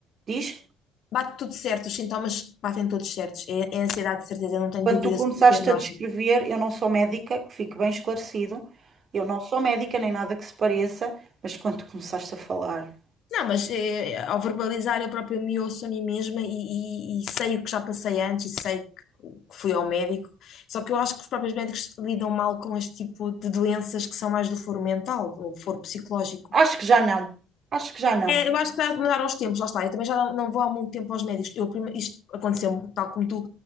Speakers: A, on the right; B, on the left.
A: diz?
B: Bate tudo certo, os sintomas batem todos certos. É, é ansiedade, de certeza, eu não tenho
A: Quando
B: dúvida
A: tu começaste
B: sobre o diagnóstico.
A: a descrever, eu não sou médica, que fique bem esclarecido, eu não sou médica nem nada que se pareça, mas quando tu começaste a falar,
B: Não, mas eh, ao verbalizar eu própria me ouço a mim mesma e, e- e sei o que já passei antes e sei que, que fui ao médico. Só que eu acho que os próprios médicos lidam mal com este tipo de doenças que são mais do foro mental ou foro psicológico.
A: acho que já não, acho que já não.
B: É, eu acho que está a mudar aos tempos, lá está. Eu também já não, não vou há muito tempo aos médicos. Eu, prime- isto aconteceu-me, tal como tu,